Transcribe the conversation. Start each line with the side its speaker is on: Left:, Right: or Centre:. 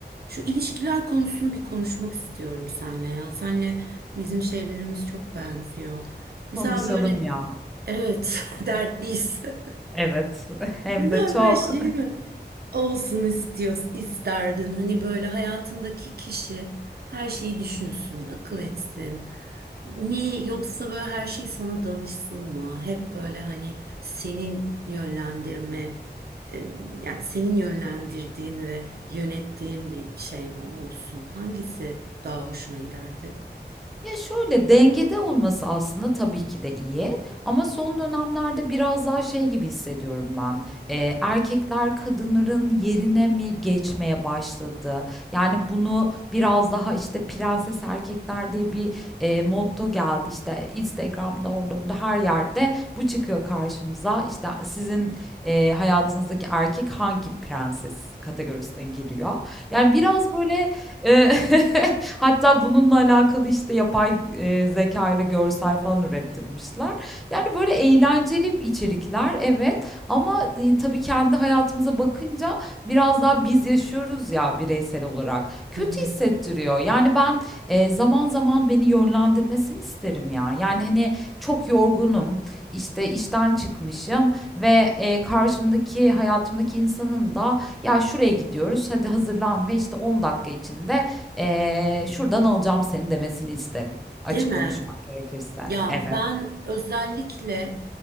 Right: Şu ilişkiler konusunu bir konuşmak istiyorum senle ya. Senle bizim şeylerimiz çok benziyor. Mesela
Centre: Konuşalım
Right: böyle
Centre: ya.
Right: evet <laughs> dertliyiz. <laughs>
Centre: Evet, <laughs> hem
Right: Mesela
Centre: de çok.
Right: böyle şey mi? Olsun istiyorsun, isterdin. Hani böyle hayatındaki kişi her şeyi düşünsün, akıl etsin. Mi yoksa böyle her şey sana danışsın mı? Hep böyle hani senin yönlendirme, e, yani senin yönlendirdiğin ve yönettiğin bir şey mi olsun? Hangisi daha hoşuna giderdi?
Centre: Ya şöyle dengede olması aslında tabii ki de iyi ama son dönemlerde biraz daha şey gibi hissediyorum ben. Ee, erkekler kadınların yerine mi geçmeye başladı? Yani bunu biraz daha işte prenses erkekler diye bir e, motto geldi. İşte Instagram'da orada burada her yerde bu çıkıyor karşımıza. İşte sizin e, hayatınızdaki erkek hangi prenses kategorisine giriyor? Yani biraz böyle Eee, <laughs> hatta bununla alakalı, işte, yapay, e, zeka ile görsel falan ürettirmişler. Yani, böyle eğlenceli içerikler, evet ama di tabii kendi hayatımıza bakınca biraz daha biz yaşıyoruz ya bireysel olarak. Kötü
Right: Hı hı.
Centre: hissettiriyor. Yani, ben, eee, zaman zaman beni yönlendirmesini isterim ya. Yani, hani, çok yorgunum, işte, işten çıkmışım ve, eee, karşımdaki hayatımdaki insanın da ya şuraya gidiyoruz. Hadi hazırlan ve işte 10 dakika içinde eee, şuradan alacağım seni demesini isterim. Açık
Right: Değil mi?
Centre: konuşmak gerekirse.
Right: Ya
Centre: Evet.
Right: ben özellikle